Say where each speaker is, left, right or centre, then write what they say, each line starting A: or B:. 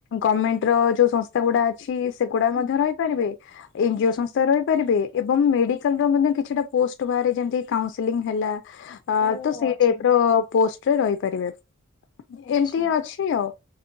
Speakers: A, on the left; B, on the left.
A: ଗଭର୍ଣମେଣ୍ଟ ର ଯୋଉ ସଂସ୍ଥା ଗୁଡା ଅଛି। ସେଗୁଡା
B: ହୁଁ
A: ମଧ୍ୟ ରହିପାରିବେ ଏଇ
B: ଆଚ୍ଛା
A: ଯୋ ରହିପାରିବେ ଏବଂ ମେଡ଼ିକାଲର କିଛି ଟା ପୋଷ୍ଟ ବାହାରେ ଯେମିତି କୌଣସିଲିଂ ହେଲା ଆ
B: ଓ
A: ତ ସେଇ
B: ଆଚ୍ଛା
A: ଟାଇପ ର ପୋଷ୍ଟରେ ରହିପାରିବେ
B: ଆଚ୍ଛା।
A: ଏମତି ହିଁ ଅଛି। ଆଉ